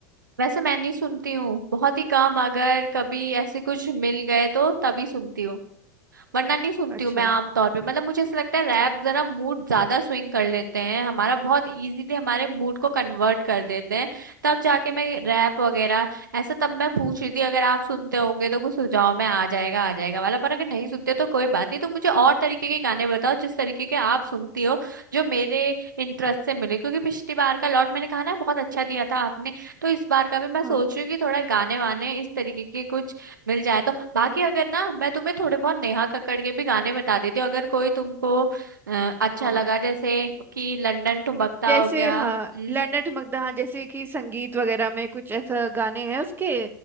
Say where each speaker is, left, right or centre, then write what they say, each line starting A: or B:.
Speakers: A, on the right; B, on the right.
A: वैसे मैं नहीं सुनती हूँ बहुत ही कम अगर कभी ऐसे कुछ मिल गए तो तभी सुनती हूँ वरना नहीं सुनती
B: अच्छा
A: हूँ मैं आमतौर पे मतलब मुझे ऐसा लगता है रैप जरा मूड ज्यादा स्विंग कर लेते हैं हमारा बहुत इजीली हमारे मूड को कन्वर्ट कर देते हैं तब जाके मैं रैप वगैरह ऐसा तब मैं पूछ रही थी अगर आप सुनते होंगे तो कुछ सुझाव में आ जाएगा आ जाएगा वाला पर अगर नहीं सुनते तो कोई बात नहीं तो मुझे और तरीके के गाने बताओ जिस तरीके के आप सुनती हो जो मेरे इंटरेस्ट से मिले क्योंकि पिछली बार का लॉट मैंने कहा ना बहुत अच्छा दिया था आपने तो इस बार का भी मैं सोच
B: हाँ
A: रही हूँ कि थोड़ा गाने वाने इस तरीके के कुछ मिल जाए तो बाकी अगर ना मैं तुम्हें थोड़े बहुत नेहा कक्कड़ के भी गाने बता देती हूँ अगर कोई तुमको अ, अच्छा
B: हाँ
A: लगा जैसे कि लंदन ठुमकता
B: जैसे
A: हो गया
B: हाँ
A: हम्म
B: लैंडर ठुमकदा हाँ जैसे कि संगीत वगैरह में कुछ ऐसा गाने हैं उसके